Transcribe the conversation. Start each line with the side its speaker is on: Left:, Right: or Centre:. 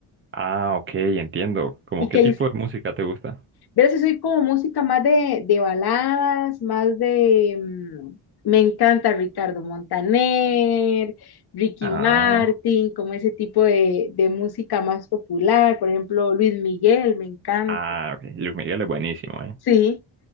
Right: Ah, ok, entiendo. ¿Cómo
Left: ¿Y
Right: qué
Left: qué
Right: tipo de música te gusta?
Left: Verás que soy como música más de, de baladas, más de... mm, me encanta Ricardo Montaner, Ricky
Right: Ah,
Left: Martin, como ese tipo de, de música más popular. Por ejemplo, Luis Miguel, me encanta.
Right: ah, ok. Luis Miguel es buenísimo, ¿eh?
Left: Sí,